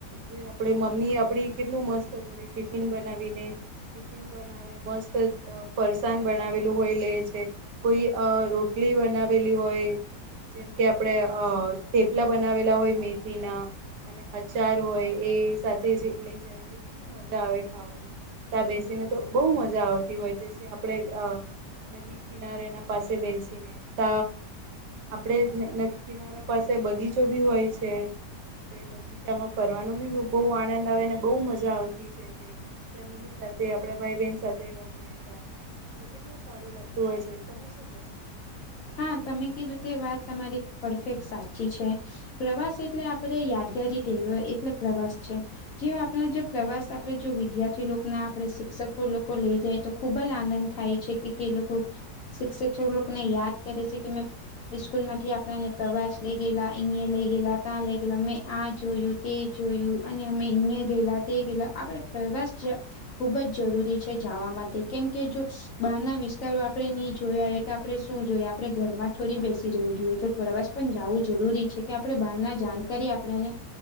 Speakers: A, on the right; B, on the left.
A: જે આપ મમ્મી આપડી કેટલું મસ્ત ઘરે ટિફિન બના બના મસ્ત પરસાાન બનાવેલું હોય લે છે કોઈ રોટલી બનાવેલી હોય જેમ કે આપણે અ થેપલા બનાવેલા હોય મેથી ના અને અચાર હોય એ સાથે લઈ જાય તે કેટલી મજા આવે ખાવાની ત બેસીને તો બહુ મજા આવતી હોય તે આપણે નદી કિનારે એના પાસે બેસી ને ત આપડે નદી કિનારા પાસે બગીચો ભી હોય છે તે બગીચામાં ફરવાનું બી બહુ આનંદ આવેને બહ મજા આવતી છે તે ફેમિલી સાથે આપડા ભાઈ બહેન સાથે રમી હતા તો કેટલું સારું લાગતું હોય છે તમે શું કેશો
B: હા તમે કીધું તે વાત તમારી પરફેક્ટ સાચી છે પ્રવાસ એટલે આપડ યાદ એટલે પ્રવાસ છે જે આપણા જો પ્રવાસ આપે જો વિદ્યાર્થી ના આપે શિક્ષકો લોકો લઈ જાય તો ખુબ જ આનંદ થાય છે કે લોકો શિક્ષકો લોકોને યાદ કરે છે કે મે સ્કૂલ માંથી આપને પ્રવાસ લઈ ગે અ લઈ ગે ત્યાં લઈ ગેલા મે જોયું તે જોયું અને અમે અહં ગયેલા તે ગયેલા આપ પ્રવાસ ખુબ જ જરૂ છે જવા માટે કેમ કે જો બહાર ના વિસ્તારો આપડણે નહી જોયા હોય તો આપણે શું જોયા આપણે ઘરમાં થોડી બેસી જવું જોઈએ તો પ્રવાસ પણ જવું જરૂરી છે કે આપણે બહાર ના જાણકારી આપણેને